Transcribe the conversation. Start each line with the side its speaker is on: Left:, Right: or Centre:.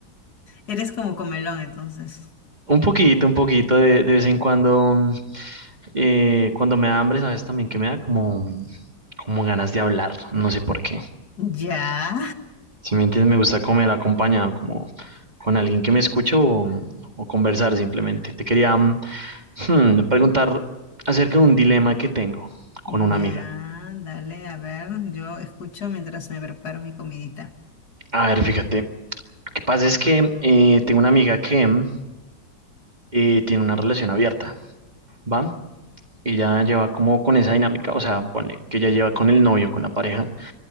Left: eres como comelón, entonces.
Right: Un poquito, un poquito de, de vez en cuando. eh, cuando me da hambre, sabes también que me da como, como ganas de hablar. No sé por qué.
Left: Ya,
Right: Si me entiendes, me gusta comer acompañado, como con alguien que me escuche o, o conversar simplemente. Te quería mm, hmm, preguntar acerca de un dilema que tengo con
Left: ya,
Right: una amiga.
Left: dale, a ver, yo escucho mientras me preparo mi comidita.
Right: A ver, fíjate. Lo que pasa es que eh, tengo una amiga que mm, y tiene una relación abierta, ¿va? Ella lleva como con esa dinámica, o sea, pone que ella lleva con el novio, con la pareja,